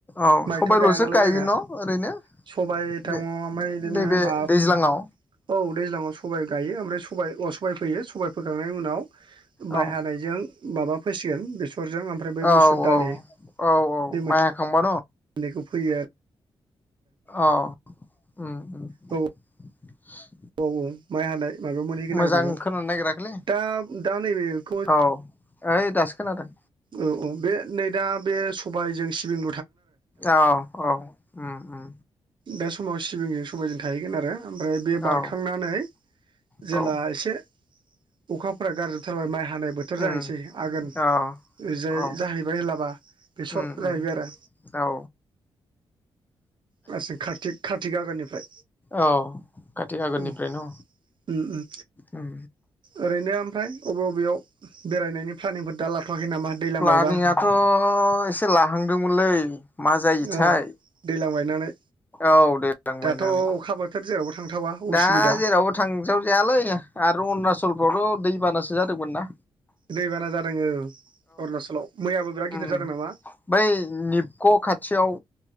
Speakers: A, on the left (about 20°); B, on the right (about 55°).
A: औ
B: माइथ'
A: सबायल'सो
B: गाया नालाय
A: गायो
B: जोंहा
A: न' ओरैनो।
B: सबाय थउाव
A: बे
B: ओमफ्राय इदिनो
A: नैबे
B: बाब
A: दैज्लाङाव
B: औ दैज्लाङाव सबाय गायो ओमफ्राय सबाय अ सबाय फैयो सबाय फोखांनायनि उनाव माइ
A: औ
B: हानायजों माबा फैसिगोन बेस ओरजों ओमफ्राय बै
A: औ
B: मुसुर दालि
A: औ औ औ
B: बे मोन
A: माइ हाखांबा
B: नैखौ फैयो आर -‌-
A: अ उम
B: औ
A: <inaudible>
B: औ औ माइ हानाय। माबायाव मोनहैगोन
A: मोजां
B: आरो बेखौ
A: खोनानो नागिराखैलै
B: दा दा नैबेखौ
A: औ ओइ दासो खोनादों।
B: औ-औ बे नै दा बे सबायजों सिबिं
A: आव औ उम उम।
B: दा समाव सिबिंजों सबायजों थाहैगोन आरो। ओमफ्राय बे बारखांनानै
A: औ
B: जेला
A: औ
B: एसे अखाफोरा गारजोबथारबाय माइ हानाय बोथोर जाहैसै
A: उम
B: आगोन
A: औ
B: ओजाय
A: औ
B: जाहैबाय होनलाबा बेसर
A: उम उम
B: जाहैबाय आरो।
A: औ।
B: मासिग खात्कि खातिगागोननिफ्राय
A: औ काति आगोननिफ्रायनो
B: ओम। उम उम
A: उम
B: ओरैनो ओमफ्राय अबे अबेयाव बेरायनायनि प्लानिंफोर दा लाथ'वाखै नामा दैलां
A: प्लानिंआथ'
B: बायबा
A: एसे लाहांदोंमोनलै मा जायोथाय।
B: ओ दैलां बायनानै।
A: औ दैज्लां बायनानै
B: दाथ' अखा बोथोर जेरावबो थांथावा उसुबिदा
A: दा जेरावबो थांजाव जायालै आरो अरुनाचल फोरावथ' दै बानासो जादोंमोनना।
B: दैबाना जादों ओ अरुनाचलाव मैयाबो बिराद गिदिर
A: उम
B: जादों नामा।
A: बै निबक' खाथियाव